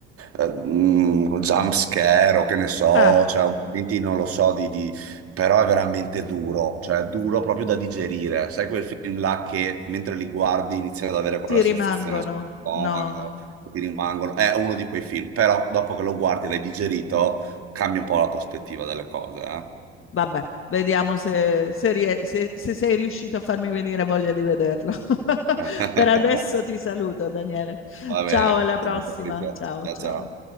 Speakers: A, on the right; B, on the left.
A: eh, mm, jump scare o che ne so,
B: Ah,
A: cioè, un momenti, non lo so, di, di- però è veramente duro, cioè è duro proprio da digerire. Sai quel film là che mentre li guardi inizi ad avere quella
B: ti
A: sensazione
B: rimangono.
A: sullo stomaco,
B: No, no.
A: che ti rimangono. È uno di quei film, però dopo che lo guardi e l'hai digerito, cambia un po' la prospettiva delle cose, eh?
B: Vabbè, vediamo se, se, rie- se- se sei riuscito a farmi venire voglia di vederlo. <laughs>
A: <laughs>
B: Per adesso ti saluto, Daniele.
A: Va
B: Ciao,
A: bene,
B: alla prossima.
A: ciao Patrizia,
B: Ciao,
A: ciao
B: ciao.
A: ciao.